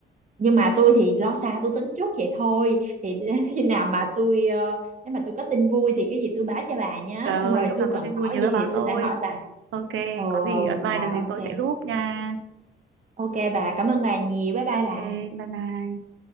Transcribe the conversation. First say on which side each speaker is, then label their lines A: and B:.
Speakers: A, on the right; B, on the right.
A: nhưng mà tôi thì lo xa tôi tính trước vậy thôi thì <laughs> đến khi nào mà tôi ờ, nếu mà tôi có tin vui thì cái gì tôi báo cho bà nhé
B: trời
A: xong
B: ơi
A: rồi
B: lúc
A: tôi
B: nào có
A: cần
B: tin vui
A: hỏi
B: nhớ
A: gì
B: báo
A: thì tôi
B: tôi
A: sẽ hỏi bà
B: ok
A: ừ
B: có gì
A: ừ
B: advice
A: bà
B: được thì
A: ok
B: tôi sẽ giúp nha
A: ok bà cảm ơn bà nhiều bye bye
B: ok
A: bà
B: bye bye